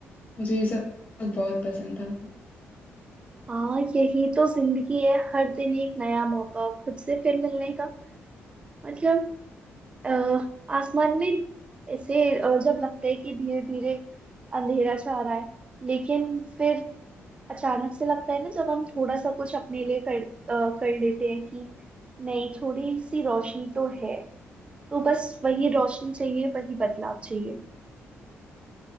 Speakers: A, on the left; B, on the right.
A: मुझे ये सब सब बहुत पसंद था
B: हाँ यही तो जिंदगी है हर दिन एक नया मौका खुद से फिर मिलने का मतलब अ, आसमान में ऐसे अ, जब लगता है कि धीरे धीरे अंधेरा छा रहा है लेकिन फिर अचानक से लगता है ना जब हम थोड़ा सा कुछ अपने लिए कर अ, कर लेते हैं कि नहीं थोड़ी सी रोशनी तो है तो बस वही रोशनी चाहिए वही बदलाव चाहिए